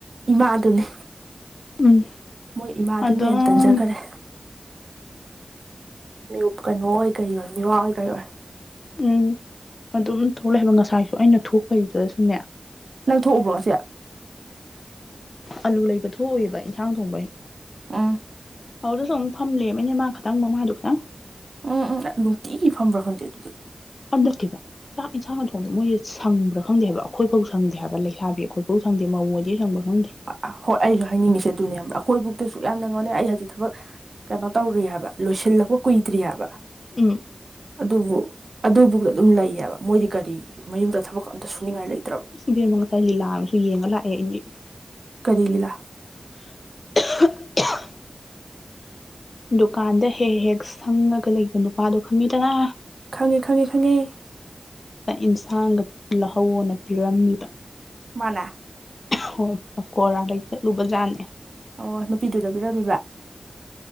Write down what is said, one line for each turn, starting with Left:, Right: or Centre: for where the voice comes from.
Right: ꯏꯃꯥꯗꯨꯅꯤ
Left: ꯎꯝ
Right: ꯃꯣꯏ ꯏꯃꯥꯗꯨꯅ
Left: ꯑꯗꯨꯝ
Right: ꯍꯦꯟꯅ ꯇꯟꯖꯈꯔꯦ ꯃꯤꯌ ꯀꯩꯅꯣ ꯑꯣꯏ ꯀꯔꯤ ꯑꯣꯏ ꯃꯤꯋꯥ ꯑꯣꯏ ꯀꯔꯤ ꯑꯣꯏ
Left: ꯎꯝ ꯑꯗꯨꯝ ꯊꯣꯛꯂꯩ ꯍꯥꯏꯕ ꯉꯁꯥꯏꯁꯨ ꯑꯩꯅ ꯊꯣꯛꯄꯩꯗꯨꯗꯁꯨꯅꯦ
Right: ꯅꯪ ꯊꯣꯛꯎꯕ꯭ꯔꯣ ꯉꯁꯤ
Left: ꯑꯜꯂꯨ ꯂꯩꯕ ꯊꯣꯛꯎꯏꯕ ꯌꯦꯟꯁꯥꯡ ꯊꯣꯡꯕꯩ
Right: ꯎꯝ
Left: ꯑꯗꯨꯗꯁꯨ ꯑꯃꯨꯛ ꯐꯝ ꯂꯩꯔꯝꯃꯦꯅꯦ ꯃꯥꯈꯛꯇꯪ ꯃꯃꯥꯗꯨ ꯈꯛꯇꯪ
Right: ꯎꯝ ꯎꯝ ꯅꯨꯡꯇꯤꯒꯤ ꯐꯝꯕ꯭ꯔꯥ ꯈꯪꯗꯦ ꯑꯗꯨꯗ
Left: <unintelligible> ꯇꯦꯕ ꯆꯥꯛ ꯌꯦꯟꯁꯥꯡꯒꯥ ꯊꯣꯡꯕꯗ ꯃꯣꯏ ꯁꯪꯕ꯭ꯔꯥ ꯈꯪꯗꯦ ꯍꯥꯏꯕ ꯑꯩꯈꯣꯏꯐꯥꯎ ꯁꯪꯗꯦ ꯍꯥꯏꯕ ꯂꯩꯁꯥꯕꯤ ꯑꯩꯈꯣꯏꯐꯥꯎ ꯁꯪꯗꯦ ꯃꯧ ꯃꯣꯏꯗꯤ ꯁꯪ꯭ꯕ꯭ꯔꯥ ꯈꯪꯗꯦ
Right: ꯑ ꯍꯣꯏ ꯑꯩꯁꯨ ꯍꯥꯏꯅꯤꯡꯉꯤꯁꯦ ꯑꯗꯨꯅꯦ ꯈꯪꯕ꯭ꯔꯥ ꯑꯩꯈꯣꯏꯕꯨꯛꯇꯥ ꯁꯨꯛꯌꯥꯝ ꯌꯦꯡꯉꯣꯅꯦ ꯑꯩ ꯍꯧꯖꯤꯛ ꯊꯕꯛ ꯀꯩꯅꯣ ꯇꯧꯔꯤ ꯍꯥꯏꯕ ꯂꯣꯏꯁꯤꯜꯂꯛꯄ ꯀꯨꯏꯗ꯭ꯔꯤ ꯍꯥꯏꯕ
Left: ꯎꯝ
Right: ꯑꯗꯨꯕꯨ ꯑꯗꯨꯕꯨꯛꯗ ꯑꯗꯨꯝ ꯂꯩꯌꯦꯕ ꯃꯣꯏꯗꯤ ꯀꯔꯤ ꯃꯌꯨꯝꯗ ꯊꯕꯛ ꯀꯥ ꯑꯝꯇ ꯁꯨꯅꯤꯡꯉꯥꯏ ꯂꯩ
Left: ꯏꯁ ꯏꯕꯦꯝꯃꯥ ꯉꯁꯥꯏ ꯂꯤꯂꯥ ꯑꯃꯁꯨ ꯌꯦꯡꯉ ꯂꯥꯛꯑꯦ ꯑꯩꯗꯤ
Right: ꯀꯔꯤ ꯂꯤꯂꯥ
Left: <unintelligible> ꯗꯨꯀꯥꯟꯗ ꯍꯦꯛ ꯍꯦꯛ ꯁꯪꯉꯒ ꯂꯩꯕ ꯅꯨꯄꯥꯗꯣ ꯈꯪꯉꯤꯗꯅ
Right: ꯈꯪꯉꯦ ꯈꯪꯉꯦ ꯈꯪꯉꯦ
Left: ꯏꯟꯁꯥꯡꯒ ꯂꯧꯍꯧꯅ ꯄꯤꯔꯝꯃꯤꯕ
Right: ꯃꯥꯅ
Left: ꯍꯣꯏ ꯄꯥꯀꯣꯔꯥ ꯂꯩ ꯆꯠꯂꯨꯕ ꯖꯥꯠꯅꯦ
Right: ꯑꯣ ꯅꯨꯄꯤꯗꯨꯗ ꯄꯤꯔꯃꯤꯕ